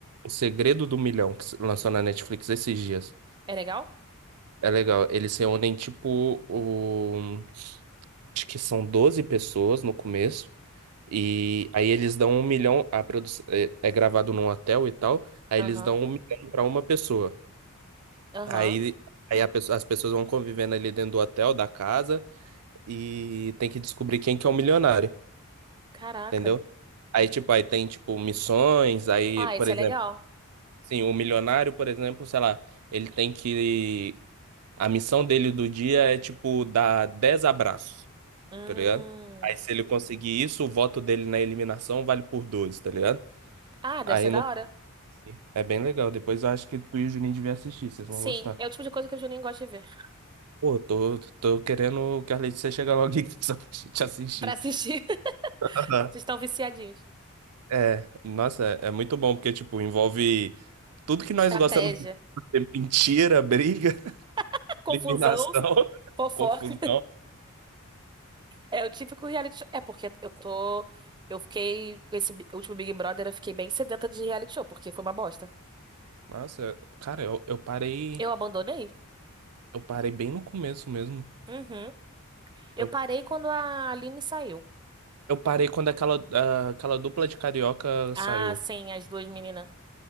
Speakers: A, on the right (about 85°); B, on the right (about 20°).
A: O Segredo do Milhão, que se lançou na Netflix esses dias.
B: É legal?
A: É legal. Eles reúnem, tipo, o. acho que são 12 pessoas no começo, e aí eles dão um milhão, a produção é, é gravado num hotel e tal, aí
B: Aham.
A: eles dão um milhão pra uma pessoa.
B: Aham.
A: Aí, aí a pessoa- as pessoas vão convivendo ali dentro do hotel, da casa, e tem que descobrir quem que é o milionário,
B: Caraca.
A: entendeu? Aí, tipo, aí tem, tipo, missões, aí,
B: Ah,
A: por
B: esse
A: exemplo,
B: é legal.
A: sim, o milionário, por exemplo, sei lá, ele tem que... A missão dele do dia é, tipo, dar 10 abraços.
B: Hum.
A: tá ligado? Aí se ele conseguir isso, o voto dele na eliminação vale por dois, tá ligado?
B: Ah, deve
A: Aí
B: ser da
A: não...
B: hora.
A: é bem legal. Depois eu acho que tu e o Juninho deviam assistir, vocês
B: Sim,
A: vão gostar.
B: é o tipo de coisa que o Juninho gosta de ver.
A: Pô, tô, tô querendo que a Letícia chegue logo aqui <laughs> só pra gente assistir.
B: Pra assistir, <laughs>
A: Aham.
B: vocês estão viciadinhos.
A: É, nossa, é é muito bom, porque, tipo, envolve tudo que nós
B: Estratégia,
A: gostamos de ver. mentira, briga, <laughs>
B: <laughs> confusão,
A: eliminação, <laughs>
B: fofoca.
A: confusão.
B: É o típico reality show. É porque eu tô. Eu fiquei. Esse bi- último Big Brother, eu fiquei bem sedenta de reality show, porque foi uma bosta.
A: Nossa, cara, eu, eu parei,
B: Eu abandonei.
A: eu parei bem no começo mesmo.
B: Uhum. Eu
A: Eu,
B: parei quando a Aline saiu.
A: eu parei quando aquela, ah, aquela dupla de carioca
B: Ah,
A: saiu.
B: sim, as duas meninas.